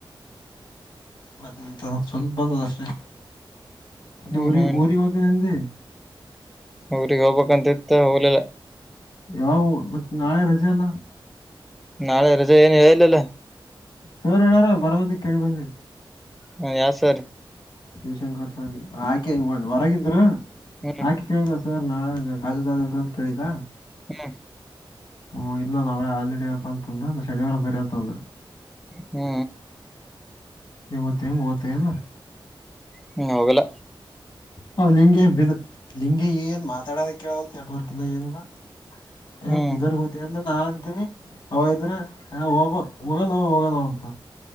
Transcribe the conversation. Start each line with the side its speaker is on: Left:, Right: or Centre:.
Left: ಮತ್ತೆಂತ ಸ್ವಲ್ಪ ಬಂದದಷ್ಟೆ ಮತ್ತೆ
Centre: ಹ್ಮ್
Left: ಊರಿ
Centre: ಹ್ಮ್
Left: ಊರಿಗೆ ಹೋತ ನೆ
Centre: ಅವ್ರಗ್ ಹೋಗ್ಬೇಕಕ್ಂತ ಇತ್ತ ಹೋಗ್ಲಿಲ್ಲ
Left: ಯಾವು ಮತ್ತ ನಾಳೆ ರಜೆ ಅಲ್ಲ
Centre: ನಾಳೆ ಎರಚಲ್ಲಲ್ಲ
Left: ಸೋರ ಹೇಳಾರ ಬರ ಬಂದಿ ಕೇಳಿ ಬಂದಿ
Centre: ಹ ಯಾರ ಸರ್
Left: ಶಿವಶಂಕರ್ ಸರ್ ಗೆ ಆಕೆ ಹೊರಗಿದ್ರರು
Centre: ಹ್ಮ್
Left: ಆಕೆ ಕೇಳಿದ ಸರ್ ನಾಳೆ ಕಾಜು ಸಾದ್ ಎಲ್ರ ಅಂತ ಕೇಳಿತಾ
Centre: ಹ್ಮ
Left: ಹ್ಮ ಇಲ್ಲ ನಾಳೆ ಹಾಲಿಡೇ ಅಪ್ಪಾ ಅಂತಂದ್ರ ನಾ ಶನಿವಾರ ಬರ ಅಂತ ಅಂದ್ರ
Centre: ಹ್ಮ
Left: ಇ ಮತ್ತೆ ಹೆಂಗೆ ಓತ್ತ ಅಲ್ಲ
Centre: ಹ್ಮ ಹೋಗಲ
Left: ಹ ಲಿಂಗೆ ಬ ಲಿಂಗೆ ಏನ್ ಮಾತಾಡೋದ ಕೇಳದು ನೆಟ್ವರ್ಕ್ ಇಲ್ಲ ಏನಿಲ್ಲ ಎ
Centre: ಹ್ಮ್
Left: ಬೀದರ್ ಹೋತೆ ಇಲ್ಲ ನಾ ಅಂತೀನಿ ಅವ ಇದ್ರ ಹ ಹೋಗಲು ಹೋಗಲ್ಲ ಅಂತ